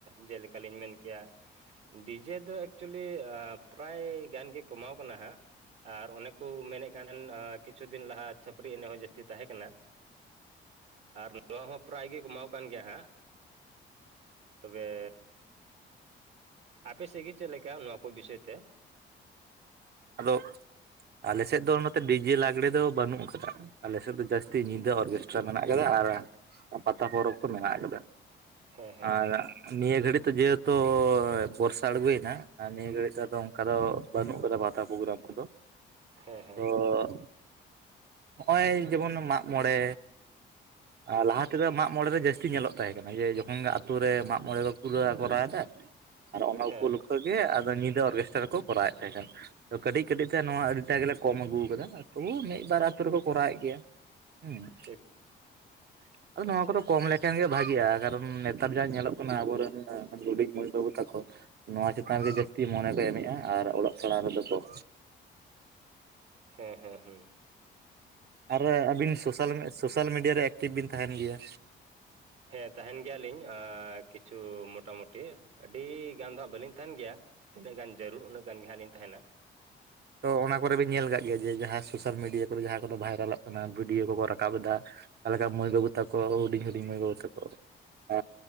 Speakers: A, on the right (about 75°); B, on the right (about 55°).
A: ᱡᱮ ᱞᱮᱠᱟᱞᱤᱧ ᱢᱮᱱ ᱠᱮᱭᱟ ᱰᱤᱡᱮ ᱫᱚ ᱮᱠᱪᱩᱞᱤ ᱟᱹᱯᱨᱟᱭ ᱜᱟᱱ ᱜᱮ ᱠᱚᱢᱟᱣ ᱠᱟᱱᱟ ᱦᱟᱸᱜ ᱾ ᱟᱨ ᱚᱱᱮ ᱠᱩ ᱢᱮᱱᱮᱜ ᱠᱟᱱ ᱛᱟᱦᱮᱱ ᱟᱸ ᱠᱤᱪᱷᱩ ᱫᱤᱱ ᱞᱟᱦᱟ ᱪᱷᱟᱹᱯᱟᱨᱤ ᱮᱱᱮᱡ ᱦᱚᱸ ᱡᱟᱹᱥᱛᱤ ᱛᱟᱦᱮᱸ ᱠᱟᱱᱟ᱾ ᱟᱨ ᱱᱚᱣᱟ ᱦᱚᱸ, ᱯᱨᱟᱭ ᱜᱮ ᱠᱚᱢᱟᱣ ᱠᱟᱱ ᱜᱮᱭᱟ ᱦᱟᱸᱜ, ᱛᱚᱵᱮ? ᱟᱯᱮ ᱥᱮᱜ ᱜᱮ ᱪᱮᱫ ᱞᱮᱠᱟ ᱱᱚᱣᱟ ᱠᱚ ᱵᱤᱥᱚᱭ ᱛᱮ?
B: ᱟᱫᱚ ᱟᱞᱮ ᱥᱮᱫ ᱫᱚ ᱱᱚᱛᱮ ᱰᱤᱡᱮ ᱞᱟᱜᱽᱲᱮ ᱫᱚ ᱵᱟᱹᱱᱩᱜ ᱠᱟᱫᱟ᱾ ᱟᱞᱮ ᱥᱮᱫ ᱫᱚ ᱡᱟᱹᱥᱛᱤ ᱧᱤᱫᱟᱹ ᱚᱨᱜᱮᱥᱴᱨᱟ ᱢᱮᱱᱟᱜ ᱠᱟᱫᱟ, ᱟᱨ ᱯᱟᱛᱟ ᱯᱚᱨᱚᱵᱽ ᱠᱚ ᱢᱮᱱᱟᱜ ᱠᱟᱫᱟ᱾
A: ᱦᱮᱸ ᱦᱮᱸ
B: ᱟᱨ ᱱᱤᱭᱟᱹ ᱜᱷᱟᱹᱲᱤᱡ ᱛᱚ ᱡᱮᱦᱮᱛᱩ, ᱵᱚᱨᱥᱟ ᱟᱬᱜᱚᱭᱮᱱᱟ ᱾ ᱟᱨ ᱱᱤᱭᱟᱹ ᱜᱷᱟᱹᱲᱤᱡ ᱫᱚ ᱟᱫᱚ ᱚᱝᱠᱟ ᱫᱚ ᱵᱟᱹᱱᱩᱜ ᱠᱟᱫᱟ ᱵᱷᱟ, ᱛᱟ ᱯᱨᱚᱜᱨᱟᱢ ᱠᱚᱫᱚ
A: ᱦᱮᱸ ᱦᱮᱸ
B: ᱛᱚ,
A: ᱦᱮᱸ
B: ᱦᱚᱸᱜᱼᱚᱭ ᱡᱮᱢᱚᱱ ᱢᱟᱜᱢᱚᱬᱮ, ᱟ ᱞᱟᱦᱟ ᱛᱮᱫᱚ ᱢᱟᱜ, ᱢᱚᱬᱮ ᱨᱮ ᱡᱟᱹᱥᱛᱤ ᱧᱮᱞᱚᱜ ᱛᱟᱦᱮᱸ ᱠᱟᱱᱟ ᱡᱮ ᱡᱚᱠᱷᱚᱱ ᱜᱮ ᱟᱹᱛᱩ ᱨᱮ ᱢᱟᱜ ᱢᱚᱬᱮ ᱠᱚ ᱠᱩᱨᱟᱹᱣᱟ ᱠᱚᱨᱟᱣᱫᱟ᱾ ᱟᱨ ᱚᱱᱟ
A: ᱦᱮᱸ
B: ᱩᱯᱚᱞᱚᱠᱠᱷᱚ ᱜᱮ ᱟᱫᱚ ᱧᱤᱫᱟᱹ ᱚᱨᱜᱮᱥᱴᱟᱨ ᱠᱚ ᱠᱚᱨᱟᱣ ᱮᱫ ᱛᱟᱦᱮᱸ ᱠᱟᱱᱟ ᱾ ᱛᱚ ᱠᱟᱹᱴᱤᱡ ᱠᱟᱹᱴᱤᱡ ᱛᱮ ᱱᱚᱣᱟ ᱟᱹᱰᱤᱴᱟᱜ ᱜᱮᱞᱮ ᱠᱚᱢ ᱟᱹᱜᱩ ᱠᱟᱫᱟ ᱛᱚᱵᱩ ᱢᱤᱫ ᱵᱟᱨ ᱟᱹᱛᱩ ᱨᱮᱠᱚ ᱠᱚᱨᱟᱣᱮᱫ ᱜᱮᱭᱟ᱾ ᱦᱩᱸ,
A: <inaudible>
B: ᱟᱫᱚ ᱱᱚᱣᱟ
A: ᱟᱪᱪᱷᱟ
B: ᱠᱚᱫᱚ
A: ᱟᱪᱪᱷᱟ
B: ᱠᱚᱢ ᱞᱮ, ᱮᱱᱠᱷᱟᱱ ᱜᱮ ᱵᱷᱟᱜᱤᱜᱼᱟ ᱠᱟᱨᱚᱱ ᱱᱮᱛᱟᱨ ᱡᱟᱦᱟᱸ ᱧᱮᱞᱚᱜ ᱠᱟᱱᱟ ᱟᱵᱚᱨᱮᱱ ᱦᱩᱰᱤᱡ ᱢᱟᱹᱭ ᱵᱟᱹᱵᱩ ᱛᱟᱠᱚ᱾ ᱱᱚᱣᱟ ᱪᱮᱛᱟᱱ ᱨᱮᱜᱮ ᱡᱟᱹᱥᱛᱤ ᱢᱚᱱᱮ ᱠᱚ ᱮᱢᱮᱜᱼᱟ ᱟᱨ ᱚᱞᱚᱜ ᱯᱟᱲᱦᱟᱜ ᱨᱮᱫᱚ ᱠᱚᱢ᱾
A: ᱦᱮᱸ ᱦᱮᱸ ᱦᱩᱸ,
B: ᱟᱨ ᱟᱹᱵᱤᱱ ᱥᱳᱥᱟᱞ ᱢᱤ, ᱥᱳᱥᱟᱞ ᱢᱤᱰᱤᱭᱟ ᱨᱮ ᱮᱠᱴᱤᱵᱷ ᱵᱤᱱ ᱛᱟᱦᱮᱱ ᱜᱮᱭᱟ᱾
A: ᱦᱮᱸ ᱛᱟᱦᱮᱱ ᱜᱮᱭᱟᱞᱤᱧ ᱟᱹ, ᱠᱤᱪᱷᱩ ᱢᱚᱴᱟᱢᱩᱴᱤ ᱟᱹᱰᱤ ᱜᱟᱱ ᱫᱚ ᱦᱟᱸᱜ ᱵᱟᱹᱞᱤᱧ ᱛᱟᱦᱮᱱ ᱜᱮᱭᱟ᱾ ᱛᱤᱱᱟᱹᱜ ᱜᱟᱱ ᱡᱟᱹᱨᱩᱲ, ᱩᱱᱟᱹᱜ ᱜᱟᱱ ᱜᱮ ᱦᱟᱸᱜ ᱞᱤᱧ ᱛᱟᱦᱮᱱᱟ᱾
B: ᱛᱚ ᱚᱱᱟ ᱠᱚᱨᱮ ᱵᱤᱱ ᱧᱮᱞ ᱠᱟᱜ ᱜᱮᱭᱟ ᱡᱮ ᱡᱟᱦᱟᱸ ᱥᱳᱥᱟᱞ ᱢᱤᱰᱤᱭᱟ ᱠᱚᱨᱮ ᱡᱟᱦᱟᱸ ᱠᱚᱫᱚ ᱵᱷᱟᱭᱨᱟᱞᱚᱜ ᱠᱟᱱᱟ ᱵᱷᱤᱰᱤᱭᱳ ᱠᱚᱠᱚ ᱨᱟᱠᱟᱵ ᱮᱫᱟ᱾ ᱛᱟᱦᱚᱞᱮ ᱠᱷᱟᱜ ᱢᱟᱹᱭ ᱵᱟᱹᱵᱩ ᱛᱟᱠᱚ, ᱦᱩᱰᱤᱧ ᱦᱩᱰᱤᱧ ᱢᱟᱹᱭ ᱵᱟᱹᱵᱩ ᱛᱟᱠᱚ ᱟ